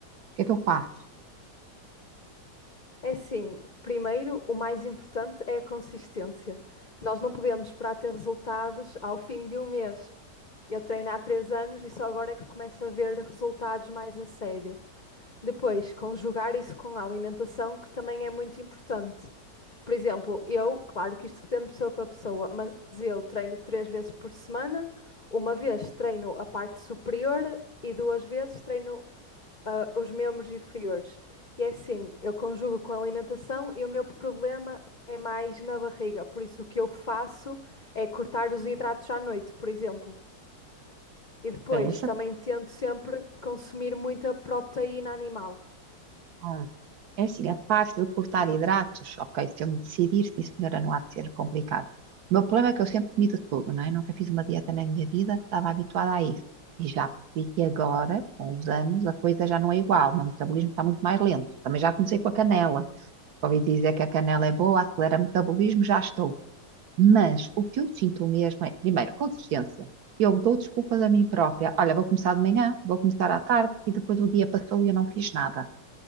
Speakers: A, on the right; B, on the left.
A: que é que eu faço?
B: É assim, primeiro, o mais importante é a consistência. Nós não podemos esperar ter resultados ao fim de um mês. Eu treino há três anos e só agora é que começo a ver resultados mais a sério. Depois, conjugar isso com a alimentação, que também é muito importante. Por exemplo, eu, claro que isto depende de pessoa para pessoa, mas eu treino três vezes por semana. Uma vez treino a parte superior e duas vezes treino, ah, os membros inferiores. E é assim, eu conjugo com a alimentação e o meu problema é mais na barriga. Por isso, o que eu faço é cortar os hidratos à noite, por exemplo. E depois
A: É essa
B: também tento sempre consumir muita proteína animal.
A: Ah, É assim, a parte de cortar hidratos, ok, se eu me decidir, sim senhora, não há de ser complicado. O meu problema é que eu sempre comi de tudo, não é? Nunca fiz uma dieta na minha vida, estava habituada a isso. E já percebi que agora, com os anos, a coisa já não é igual, o meu metabolismo está muito mais lento. Também já comecei com a canela. Ouvi dizer que a canela é boa, acelera o metabolismo, já estou. Mas o que eu sinto mesmo é, primeiro, consistência. Eu dou desculpas a mim própria. Olha, vou começar de manhã, vou começar à tarde e depois o dia passou e eu não fiz nada.